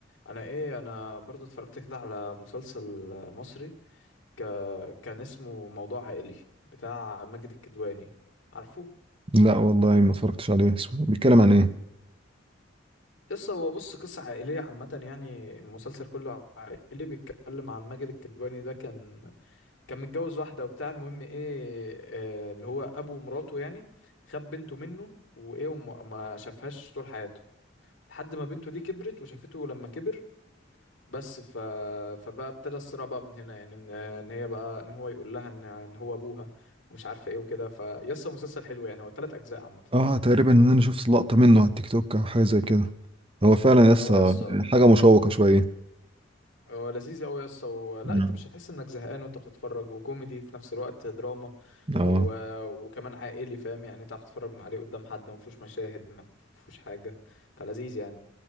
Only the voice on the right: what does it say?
لا والله ما اتفرجتش عليه اسمه- بيتكلم عن ايه
اه تقريبا ان انا شفت لقطة منه على التيك توك او حاجة زي كده هو فعلا يا اسطى
حاجة مشوقة شوية
مم.
اه